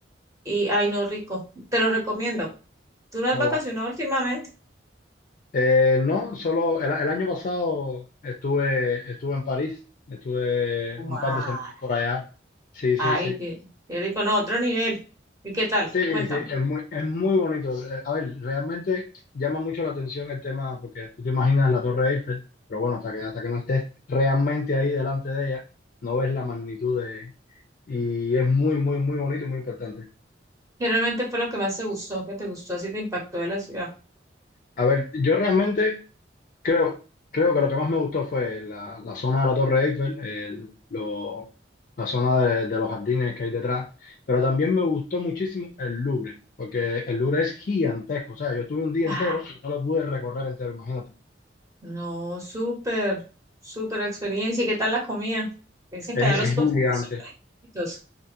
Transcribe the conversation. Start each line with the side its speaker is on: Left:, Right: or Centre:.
Right: y, ay, no, rico, te lo recomiendo. ¿Tú no has
Left: o-
Right: vacacionado últimamente?
Left: Eh, no, solo el, el año pasado estuve, estuve en París, estuve
Right: ¡Guau!
Left: un par de semanas por allá. Sí, sí,
Right: Ay,
Left: sí.
Right: qué, qué rico, no, otro nivel. ¿Y qué tal?
Left: Sí,
Right: Cuéntame.
Left: sí, es muy, es muy bonito. Eh, A ver, realmente llama mucho la atención el tema, porque tú te imaginas la Torre Eiffel, pero bueno, hasta que, hasta que no estés realmente ahí delante de ella, no ves la magnitud de... Y es muy, muy, muy bonito y muy importante.
Right: ¿Qué realmente fue lo que más te gustó? ¿Qué te gustó? ¿Así te impactó de la ciudad?
Left: A ver, yo realmente Creo, creo que lo que más me gustó fue la, la zona de la Torre Eiffel, el- lo- la zona de, de los jardines que hay detrás, pero también me gustó muchísimo el Louvre, porque el Louvre es gigantesco, o sea, yo estuve un día entero,
Right: Ah,
Left: y no lo pude recorrer entero, imagínate,
Right: no, súper, súper experiencia. ¿Y qué tal la comida? Dicen
Left: es,
Right: que allá los
Left: Sí. es
Right: postres
Left: gigante.
Right: son exquisitos.